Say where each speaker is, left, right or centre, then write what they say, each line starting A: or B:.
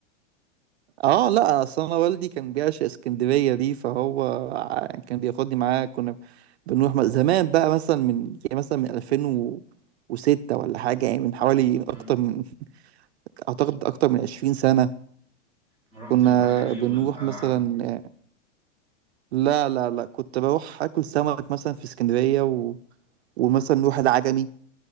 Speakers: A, on the right; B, on the left.
A: اه لا اصل انا والدي كان بيعشق اسكندريه دي فهو ع- كان بياخدني معاه كنا بنروح م- زمان بقى مثلا من يعني مثلا من 2006 ولا حاجه يعني من حوالي اكتر
B: أمم،
A: من اعتقد اكتر من 20 سنه
B: ما رحتش
A: كنا
B: بحري
A: بنروح
B: والقلعة
A: مثلا
B: و...
A: لا لا لا كنت بروح اكل سمك مثلا في اسكندريه و... ومثلا نروح العجمي